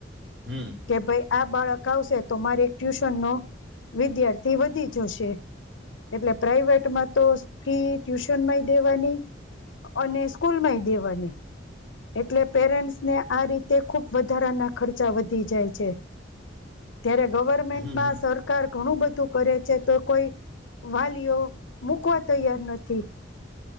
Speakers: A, on the right; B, on the left.
A: હમ.
B: કે ભાઈ આ બાળક આવશે તો મારે ટ્યુશન નો વિદ્યાર્થી વધી જશે. એટલે પ્રાઈવેટમાં તો ફી ટ્યુશનમાં દેવાની અને સ્કૂલ માંય દેવાની એટલે, પેરેન્ટ્સને આ રીતે ખુબ વધારાના ખર્ચા વધી જાય છે. ત્યારે ગવર્મેન્ટમાં
A: હમ હમ
B: સરકાર ઘણું બધું કરે છે. તો કોઈ વાલીઓ મુકવા તૈયાર નથી.